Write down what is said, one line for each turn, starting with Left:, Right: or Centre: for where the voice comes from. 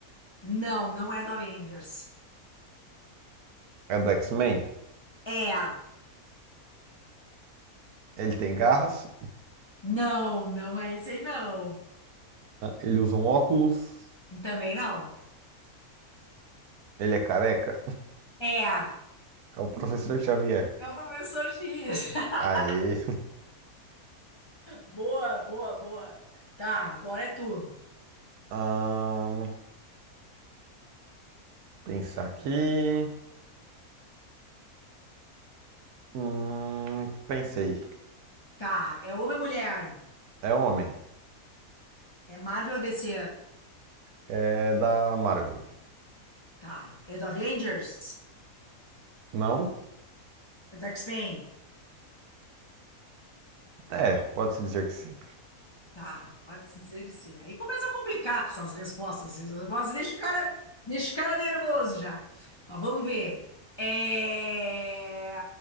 Left: Não, não é do Avengers.
Right: É do X-Men?
Left: É.
Right: Ele tem garras?
Left: Não, não é esse aí, não.
Right: Ele usa um óculos?
Left: Também não.
Right: Ele é careca?
Left: É.
Right: É o Professor Xavier.
Left: É o Professor X. <laughs>
Right: Aê.
Left: Boa, boa, boa. Tá, agora é tu.
Right: Hum, pensar aqui. Hum, pensei.
Left: Tá, é homem ou mulher?
Right: É homem.
Left: É Marvel ou DC?
Right: É da Marvel.
Left: Tá. É do Avengers?
Right: Não?
Left: É do X-Men?
Right: É, pode-se dizer que sim.
Left: Tá, pode-se dizer que sim. Aí começa a complicar com essas respostas. Essas respostas deixa o cara, deixa o cara nervoso já. Ó, vamos ver. É...